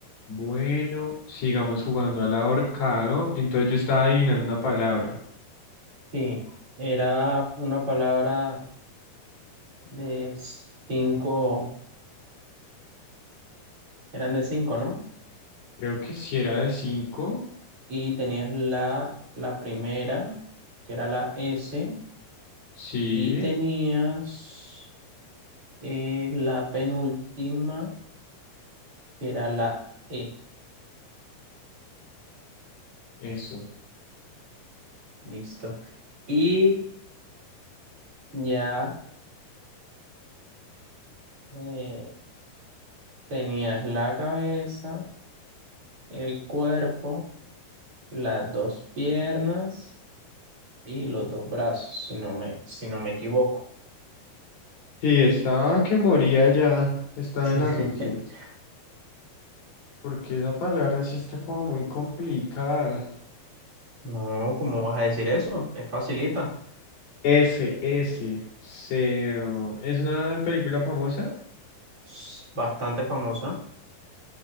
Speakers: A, on the left; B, on the right.
A: Bueno, sigamos jugando al ahorcado. Entonces yo estaba adivinando una palabra.
B: Sí, era una palabra de cinco, eran de cinco, ¿no?
A: Creo que si era de cinco.
B: Y tenías la, la primera, que era la S,
A: Sí,
B: y tenías eh, la penúltima, que era la E,
A: eso.
B: listo. Y ya eh, tenías la cabeza, el cuerpo, las dos piernas y los dos brazos, si no me, si no me equivoco.
A: Sí, estaba que moría ya. Estaba
B: <laughs>
A: en las últimas. Porque esa palabra sí está como muy complicada.
B: No, ¿cómo vas a decir eso? Es facilita,
A: S, S. Se, oh, ¿Es una película famosa?
B: es bastante famosa.